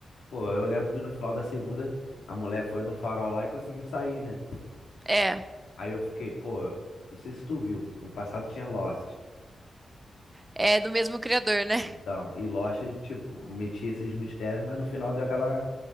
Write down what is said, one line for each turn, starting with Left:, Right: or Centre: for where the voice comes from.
Left: Pô, eu lembro que no final da segunda, a mulher foi no farol lá e conseguiu sair, né?
Right: É,
Left: Aí eu fiquei, pô, eu- não sei se tu viu, no passado tinha Lost.
Right: é do mesmo criador, né?
Left: Então, e Lost, tipo, metia esses mistérios, mas no final deu aquela,